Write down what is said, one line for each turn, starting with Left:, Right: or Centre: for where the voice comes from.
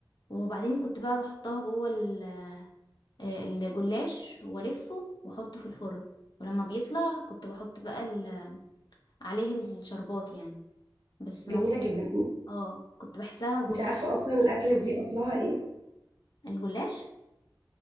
Left: وبعدين كنت بقى بحطها جوه ال- آه، الجلاش والفه واحطه في الفرن ولما بيطلع كنت بحط بقى ال- عليه الشربات يعني بس
Right: جميله
Left: ما كنت
Right: جدا
Left: اه كنت بحسها بسيطه
Right: انت عارفه اصلا الاكله دي
Left: كويس.
Right: اصلها ايه
Left: الجلاش